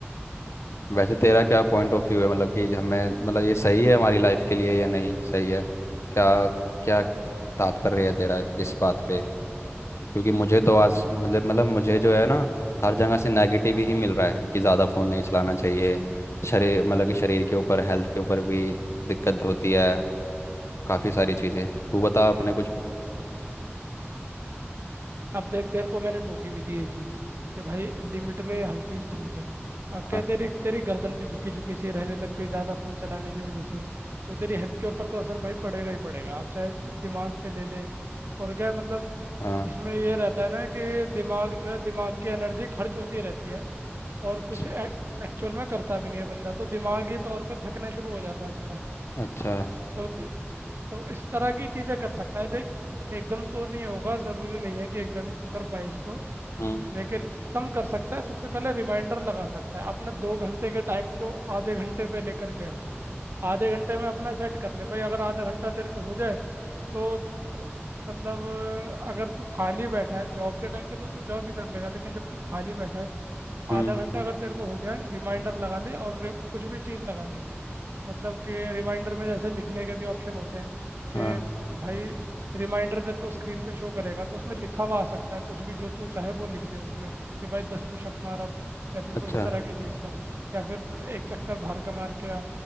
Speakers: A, on the left; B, on the right.
A: वैसे तेरा क्या पॉइंट ऑफ व्यू है मतलब कि हमें मतलब ये सही है हमारी लाइफ के लिए या नहीं सही है क्या क्या तात्पर्य है तेरा इस बात पे क्योंकि मुझे तो आज मतलब मतलब मुझे जो है ना हर जगह से नेगेटिव ही मिल रहा है कि ज़्यादा फ़ोन नहीं चलाना चाहिए शरीर मतलब कि शरीर के ऊपर हेल्थ के ऊपर भी दिक्कत होती है काफ़ी सारी चीज़ें तू बता अपने कुछ
B: अब देख तेरे को मैंने टोकी भी थी ये चीज कि भाई लिमिट में हर चीज ठीक है अब क्या
A: हाँ
B: है, तेरी तेरी गर्दन भी झुकी झुकी सी रहने लग गई ज्यादा फोन चलाने की वजह से तो तेरी हेल्थ के ऊपर तो असर भाई पड़ेगा ही पड़ेगा आप चाहे दिमाग पे ले ले और क्या है, मतलब
A: हाँ
B: इसमें ये रहता है ना कि दिमाग जो है दिमाग की एनर्जी खर्च होती रहती है और
A: अच्छा
B: कुछ एक्चुअल में करता भी नहीं है बंदा तो दिमागी तौर पे थकना शुरू हो जाता है बंदा
A: अच्छा
B: तो ती- तो इस तरह की चीज़ें कर सकता है देख एकदम तो नहीं होगा ज़रूरी नहीं है कि एकदम ही तू कर पाए इसको
A: हम्म
B: लेकिन कम कर सकता है सबसे पहले रिमाइंडर लगा सकता है अपने दो घंटे के टाइम को आधे घंटे पे लेकर के आ आधे घंटे में अपना सेट कर ले भाई अगर आधा घंटा तेरे को हो जाए तो अ, मतलब अ, अगर तू खाली बैठा है जॉब के टाइम पे तो तू जॉब भी कर लेगा लेकिन जब तू खाली बैठा है
A: हम्म
B: आधा घंटा अगर तेरे को हो जाए रिमाइंडर लगा ले और रि- कुछ भी चीज़ लगा ले मतलब कि रिमाइंडर में जैसे लिखने के भी ऑप्शन होते हैं
A: हाँ
B: कि भाई रिमाइंडर तेरे को स्क्रीन पे शो करेगा तो उसमें लिखा हुआ आ सकता है कुछ भी जो तू चाहे वो लिख दे उसमें कि भाई दस पुशअप मार अब या फिर
A: अच्छा
B: कोई इस तरह की चीज़ कर या फिर एक चक्कर बाहर का मार के आ